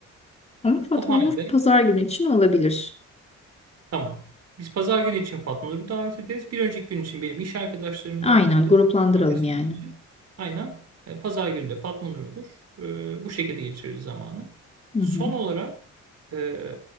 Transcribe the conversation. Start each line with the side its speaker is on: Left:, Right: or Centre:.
Left: Ama Fatma
Right: O halde
Left: Nur pazar günü için olabilir.
Right: tamam. Biz pazar günü için Fatma Nur'u davet ederiz. Bir önceki gün için benim iş arkadaşlarımı
Left: Aynen
Right: davet ederiz.
Left: gruplandıralım
Right: Cumartesi
Left: yani.
Right: günü için. Aynen. E, Pazar günü de Fatma Nur olur. E, bu şekilde geçiririz zamanı.
Left: Hı
Right: Son
Left: hı.
Right: olarak e,